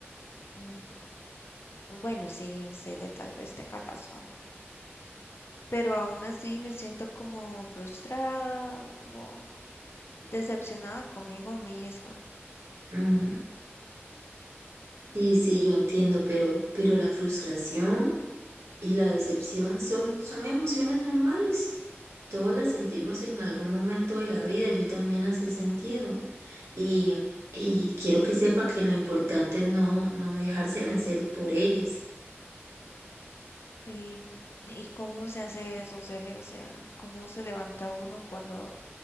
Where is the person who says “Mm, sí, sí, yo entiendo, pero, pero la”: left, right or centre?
Right